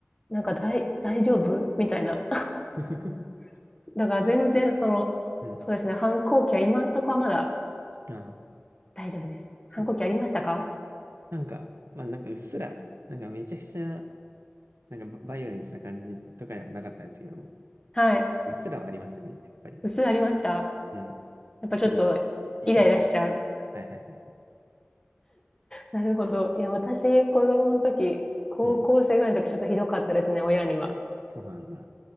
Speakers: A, on the left (about 20°); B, on the right (about 80°).
A: なんか大、大丈夫みたいな。
B: <laughs>
A: <laughs> だから全然その、
B: うん。
A: そうですね、反抗期は今んとこはまだ
B: ああ、
A: 大丈夫です。
B: そうそう。
A: 反抗期ありましたか
B: なんか、まあなんかうっすら、なんかめちゃくちゃ、なんかババイオレンスな感じとかではなかったんですけど、
A: はい。
B: うっすらはありましたね、やっぱり。
A: 薄いありました
B: うん。
A: やっぱちょっとイライラしちゃう。
B: すごい、いい、いい感じ。はいはいはい。
A: なるほど。いや、私、子供の時、高校生ぐらいの時、
B: うん。
A: ちょっとひどかったですね、親には。
B: そうなんだ。